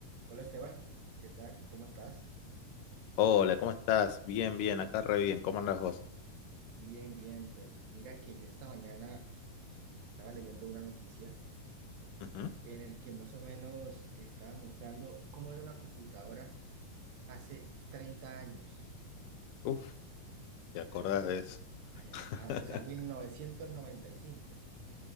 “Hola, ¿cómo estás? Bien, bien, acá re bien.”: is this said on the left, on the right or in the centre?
Left